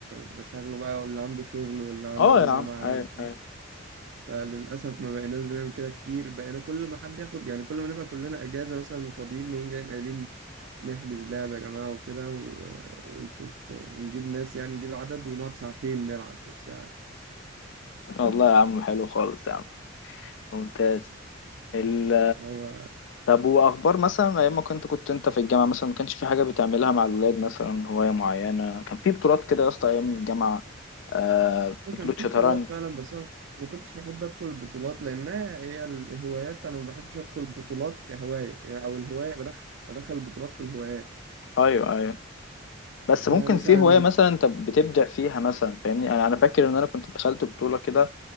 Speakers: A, on the right (about 60°); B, on the left (about 65°).
A: مشاغله بقى واللي عنده شغل واللي عنده
B: اه يا
A: جامعة
B: عم عين
A: واللي
B: عين
A: فللأسف ما بقيناش بنعمل كده كتير بقينا كل ما حد ياخد يعني كل ما نبقى كلنا أجازة مثلا وفاضيين نقوم جايين قايلين نحجز لعبة يا جماعة وكده و... ونشوف ونجيب ناس يعني نجيب عدد ونقعد ساعتين نلعب مش ساعة
B: والله يا عم حلو خالص يا عم ممتاز ال
A: هو
B: طب واخبار مثلا ايام ما كنت كنت انت في الجامعه مثلا ما كانش في حاجه بتعملها مع الولاد مثلا هوايه معينه كان في بطولات كده يا اسطى ايام الجامعه آه بطوله
A: كان في
B: شطرنج
A: بطولات فعلا بس انا ما كنتش بحب ادخل البطولات لانها هي الهوايات انا ما بحبش ادخل البطولات كهوايه يعني او الهوايه بدخل بدخل البطولات في الهوايات
B: ايوه ايوه بس
A: يعني
B: ممكن
A: انا مثلا
B: في هوايه مثلا انت بتبدع فيها مثلا فاهمني انا انا فاكر ان انا كنت دخلت بطوله كده